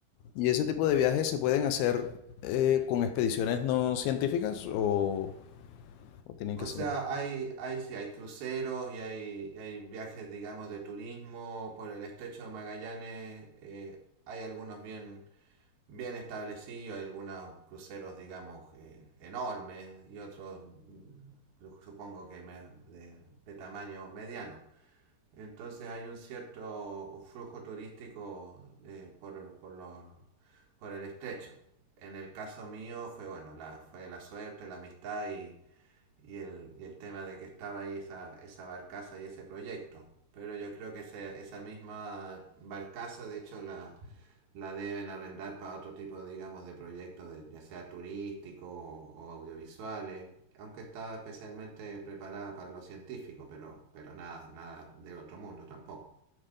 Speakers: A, on the left; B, on the right.
A: ¿Y ese tipo de viajes se pueden hacer eh, con expediciones no científicas o, o tienen
B: O
A: que ser?
B: sea, hay, hay, sí, hay cruceros y hay, y hay viajes, digamos, de turismo por el estrecho de Magallanes. eh, hay algunos bien, bien establecidos, hay algunos cruceros, digamos, eh, enormes y otros, mm, supongo que me- de, de tamaño mediano. Entonces hay un cierto flujo turístico eh, por, por, los, por el estrecho. En el caso mío fue bueno, la, fue la suerte, la amistad y, y, el, y el tema de que estaba ahí esa, esa barcaza y ese proyecto. Pero yo creo que ese, esa misma barcaza, de hecho, la, la deben arrendar para otro tipo, digamos, de proyectos, de, ya sea turísticos o, o audiovisuales, aunque está especialmente preparada para lo científico, pero, pero nada, nada del otro mundo tampoco.